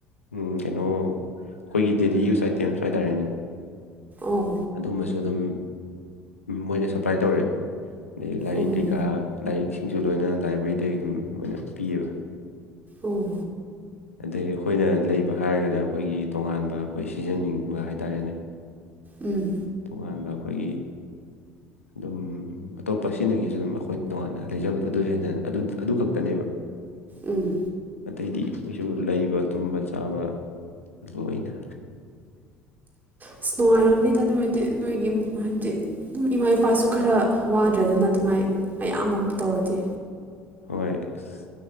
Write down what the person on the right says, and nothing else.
ꯑꯣ
ꯑꯣ
ꯑꯣ
ꯑꯣ
ꯎꯝ
ꯎꯝ
ꯑꯁ ꯅꯨꯡꯉꯥꯏꯔꯃꯅꯤꯗ ꯑꯗꯨ ꯑꯣꯏꯗꯤ ꯅꯣꯏꯒꯤ ꯏꯝ ꯍꯥꯏꯕꯗꯤ ꯏꯃꯥ ꯏꯄꯥꯁꯨ ꯈꯔ ꯋꯥꯗ꯭ꯔꯦꯗꯅ ꯑꯗꯨꯃꯥꯏꯅ ꯃꯌꯥꯝ ꯑꯃ ꯇꯧꯔꯗꯤ